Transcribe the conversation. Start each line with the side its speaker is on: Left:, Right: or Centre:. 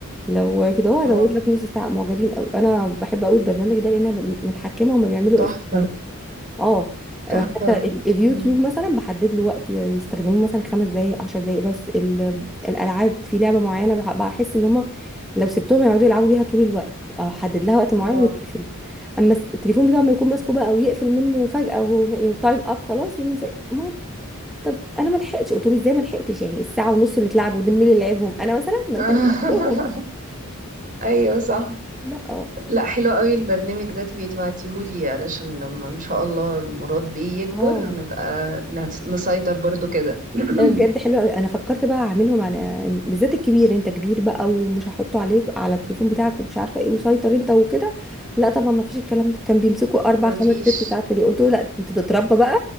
Centre: لو كده هو هزود
Right: اه
Centre: لك نص ساعه معجبين او انا بحب قوي البرنامج ده لان انا ب- متحكمه هما بيعملوا
Right: تحفة
Centre: ايه في اه حتى
Right: تحفة
Centre: ال- اليوتيوب
Right: مم.
Centre: مثلا بحدد له وقت يستخدموه مثلا خمس دقايق عشر دقايق بس ال- الالعاب في لعبه معينه بح- بحس ان هما لو سبتهم يقعدوا يلعبوا بيها طول الوقت او حدد لها وقت معين
Right: اه
Centre: وتقفل اما الس- التليفون بتاعه ما يكون ماسكه بقى ويقفل منه فجاه وهو تايم اب خلاص يعمل زي مام طب انا ما لحقتش قلت له ازاي ما لحقتش يعني الساعه ونص اللي اتلعبوا دول مين اللي لعبهم انا مثلا ما
Right: <laughs>
Centre: انت اللي لعبتهم
Right: ايوه صح
Centre: <laughs> لا
Right: لا حلو قوي البرنامج ده تبقي تبعتيهولي علشان لما ان شاء الله المراد بيه يكبر
Centre: اه
Right: نبقى نس- نسيطر برضو كده <clears throat>
Centre: أيوة بجد حلو قوي انا فكرت بقى اعملهم على بالذات الكبير انت كبير بقى ومش هحطه عليك على التليفون بتاعك ومش عارفه ايه وسيطر انت وكده لا طبعا ما فيش الكلام ده كان بيمسكوا اربع
Right: مفيش
Centre: خمس ست ساعات في اليوم قلت له لا انت تتربى بقى